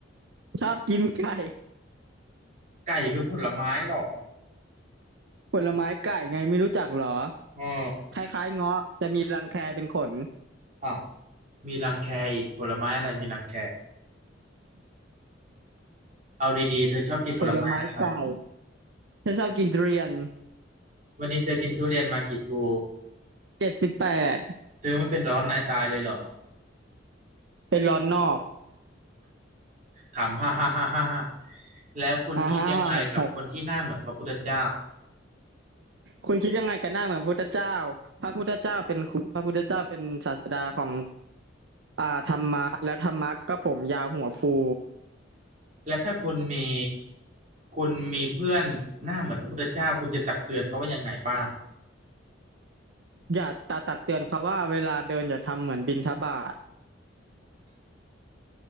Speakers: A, on the right; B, on the right.
A: ชอบกินไก่
B: ไก่คือผลไม้หรอ
A: ผลไม้ไก่ไงไม่รู้จักเหรอ
B: อ๋อ
A: คล้ายๆเงาะจะมีรังแคเป็นขน
B: อ้าวมีรังแคอีกผลไม้อะไรมีรังแค เอาดีๆเธอชอบกินผลไม้อะไร
A: ผลไม้เก่าฉันชอบกินทุเรียน
B: วันนี้เธอกินทุเรียนมากี่พลู
A: เจ็ดสิบแปด
B: เธอไม่เป็นร้อนในตายเลยเหรอ
A: เป็นร้อนนอก
B: ขำฮ่าฮ่าฮ่าฮ่าฮ่าแล้วคุณคิดยังไงกับคนที่หน้าเหมือนพระพุทธเจ้า
A: อ่าห้าหกหกคุณคิดยังไงกันหน้าเหมือนพระพุทธเจ้าพระพุทธเจ้าเป็นครูพระพุทธเจ้าเป็นศาสดาของอ่าธรรมะและธรรมะก็ผมยาวหัวฟู
B: และถ้าคุณมีคุณมีเพื่อนหน้าเหมือนพระพุทธเจ้าคุณจะตักเตือนเขาว่ายังไงบ้าง
A: อย่าตาตักเตือนเขาว่าเวลาเดินอย่าทำเหมือนบิณฑบาต